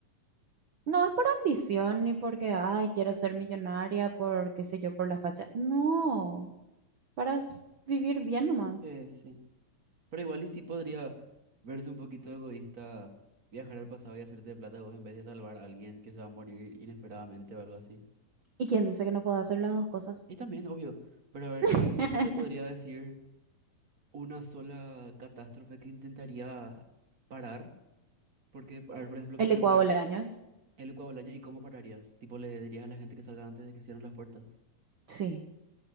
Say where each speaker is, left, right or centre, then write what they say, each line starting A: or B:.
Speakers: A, on the right; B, on the right.
A: No es por ambición ni porque, ay, quiero ser millonaria, por qué sé yo, por la facha. No, para s- vivir bien nomás.
B: Eh, sí. Pero igual y sí podría verse un poquito egoísta viajar al pasado y hacerte de plata vos en vez de salvar a alguien que se va a morir inesperadamente o algo así.
A: ¿Y quién dice que no puedo hacer las dos cosas?
B: Y también, obvio, pero a ver,
A: <laughs>
B: yo no no te podría decir una sola catástrofe que intentaría parar, porque, a ver, por ejemplo,
A: El
B: puedo
A: licuado
B: pensar
A: de años.
B: el Ucao del año y cómo pararías. Tipo, le dirías a la gente que salga antes de que cierren las puertas.
A: Sí.